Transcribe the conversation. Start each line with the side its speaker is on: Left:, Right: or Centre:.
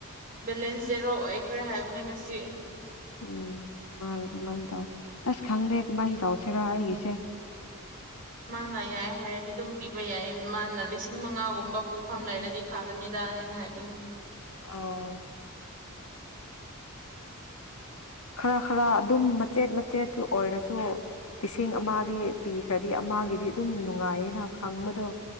Right: ꯕꯦꯂꯦꯟꯁ ꯖꯦꯔꯣ ꯑꯣꯏꯈ꯭ꯔꯦ ꯍꯥꯏꯕꯅꯦ ꯉꯁꯤ
Left: ꯎꯝ ꯃꯥ ꯑꯗꯨꯃꯥꯏꯅ ꯇꯧ ꯑꯁ ꯈꯪꯗꯦ ꯀꯃꯥꯏꯅ ꯇꯧꯁꯤꯔ ꯑꯩꯒꯤꯁꯦ
Right: ꯃꯥꯅ ꯌꯥꯏ ꯍꯥꯏꯔꯗꯤ ꯑꯗꯨꯝ ꯄꯤꯕ ꯌꯥꯏ ꯃꯥꯅ ꯂꯤꯁꯤꯡ ꯃꯉꯥꯒꯨꯝꯕ ꯄꯨꯐꯝ ꯂꯩꯔꯗꯤ ꯐꯒꯅꯤꯗ ꯍꯥꯏꯅ ꯍꯥꯏꯕꯅꯤ
Left: ꯑꯣ ꯈꯔ ꯈꯔ ꯑꯗꯨꯝ ꯃꯆꯦꯠ ꯃꯆꯦꯠꯁꯨ ꯑꯣꯏꯔꯁꯨ ꯂꯤꯁꯤꯡ ꯑꯃꯗꯤ ꯄꯤꯈ꯭ꯔꯗꯤ ꯑꯃꯒꯤꯗꯤ ꯑꯗꯨꯝ ꯅꯨꯡꯉꯥꯏꯌꯦꯅ ꯈꯪꯕꯗꯣ